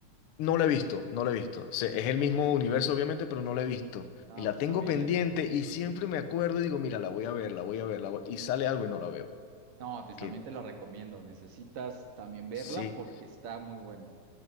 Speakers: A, on the left; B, on the right.
A: No lo he visto, no lo he visto. Se- es
B: Uh,
A: el mismo universo, obviamente, pero no lo he visto.
B: ah,
A: Y la
B: pues
A: tengo
B: también,
A: pendiente y
B: también.
A: siempre me acuerdo y digo, mira, la voy a ver, la voy a ver, la voy-". Y sale algo y no la veo.
B: No, pues
A: Que
B: también te la recomiendo. Necesitas también verla
A: sí.
B: porque está muy buena.